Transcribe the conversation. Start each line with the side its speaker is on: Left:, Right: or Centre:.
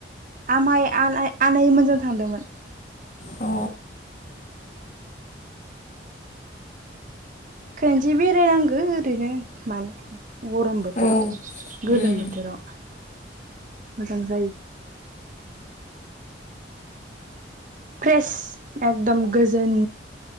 Right: आमाइ आनैमोनजों थांदोंमोन
Left: अ
Right: खोनसे बेरायनांगौ ओरैनो मानो थांखो गरम बोथोरव
Left: औ
Right: गोलोम
Left: उम
Right: बोथोराव मोजां जायो फ्रेस एकदम गोजोन